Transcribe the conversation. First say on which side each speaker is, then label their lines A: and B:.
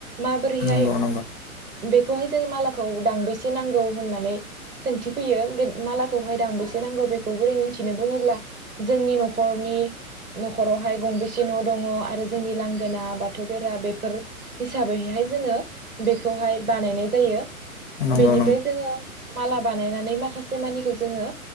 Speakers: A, on the right (about 85°); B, on the left (about 35°).
A: माबोरैहाय
B: नंगौ
A: बेखौहाय जोङो मालाखौ दांबेसे नांगौ होननानै सोंथि फैयो बे मालाखौहाय दांबेसे नांगौ बेखौ बोरै मोन्थिनो बुङोब्ला जोंनि नखरनि नखरावहाय गंबोसे न' दङ आरो जोंनि लांगोना बाथौ बेरा बेफोर हिसाबैहाय जोङो बेखौ हाय बानायनाय जायो बेनिफ्राय
B: नंगौ नंगौ
A: जोङो माला बानायनानै माखासे मानिखौ जोङो